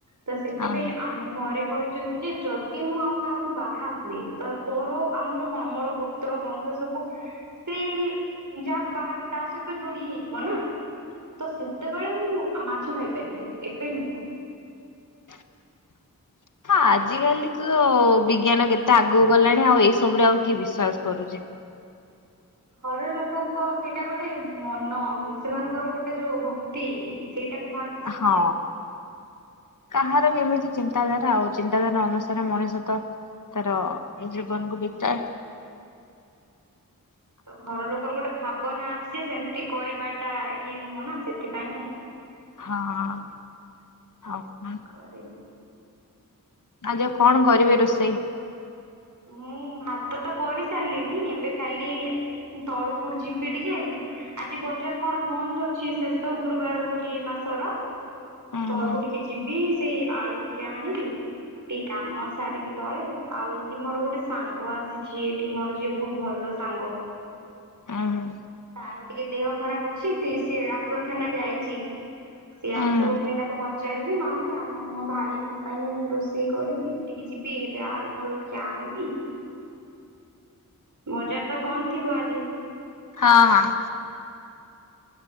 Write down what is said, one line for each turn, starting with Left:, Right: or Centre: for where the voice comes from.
Right: ତ ସେଥିପାଇଁ
Left: ହଁ ହଁ।
Right: ଆମ ଘରେ କହିଛନ୍ତି ଯେ ଯଦି ମୁଁ ଆଉ କାହାକୁ ବାହା ହୁଏ, ତ ପର ଆମର କଣ ମୋର ଗୋତ୍ର ବଂଶ ସବୁ ସେଇ ଯାହା ବାହାବି ତା ତା ସହିତ ଜୋଡ଼ି ହେଇଯିବ ନା। ତ ସେତେବେଳେ ମୁଁ ମାଛ ଖାଇପାରିବି କି ଏବେ ନୁହଁ।
Left: <inaudible> ହଁ ଆଜି କାଲି ତ ବିଜ୍ଞାନ କେତେ ଆଗକୁ ଗଲାଣି ଆଉ ଏଇ ସବୁରେ ଆଉ କି ବିଶ୍ଵାସ କରୁଛି। <inaudible>
Right: ଘର ଲୋକଙ୍କ ସେଇଟା ଗୋଟେ ମନ ସେମାନଙ୍କର ଗୋଟେ ଯୋଉ ଭକ୍ତି ସେଇଟା
Left: ହଁ କାହାର କେମିତି। ଚିନ୍ତାଧାରା ଆଉ। ଚିନ୍ତାଧାରା ଅନୁସାରେ ମଣିଷ ତ ତାର ଜୀବନ କୁ ବିତାଏ ।
Right: ତ ଘର ଲୋକର ଗୋଟେ ଭାବନା ଅଛି ଯେ ସେମିତି କରିବାଟା ଇଏ ନୁହଁ ନା ସେ ସେଥିପାଇଁ ମୁଁ
Left: ହଁ <unintelligible>
Right: କରେଇବି
Left: ଆଜି ଆଉ କଣ କରିବେ ରୋଷେଇ?
Right: ମୁଁ ଭାତ ତ କରିସାରିଲିିନି। ଏବେ ଖାଲି ତଳକୁ ଯିବି ଟିକେ ଆଜି ବଜାର କଣ ବନ୍ଦ ଅଛି ଶେଷ ଗୁରୁବାର ବୋଲି ଏ ମା ସ ର
Left: ହୁଁ
Right: ତଳକୁ
Left: ହୁଁ
Right: ଟିକେ ଯିବି ସେଇ ଆଳୁ ଟିକେ ଆଣିବି। ଟିକେ କାମ ସାରିବି ତଳେ। ଆଉ ଏମ ମୋର ଗୋଟେ ସାଙ୍ଗ ଆସିଛି ଏଠି ମୋର ଯିଏ ବହୁତ ଭଲ ସାଙ୍ଗ।
Left: ହୁଁ।
Right: ତାର ଟିକେ ଦେହ ଖରାପ ଅଛି। ସିଏ ଡାକ୍ତରଖାନା ଯାଇଛି। ସିଏ
Left: ହୁଁ
Right: ଆସିବ କି ନାଇ ତାକୁ ପଚାରିବି। ନହେଲେ ଆମ ମୋ ଭାଇ ମୋ ପାଇଁ ରୋଷେଇ କରିବି ଏମିତି କି ଯିବି ଏବେ ଆଳୁ ଫାଳୁ ଜଣିବି, ବଜାର ତ ବନ୍ଦ ଥିବ ଆଜି।
Left: ହଁ- ହଁ।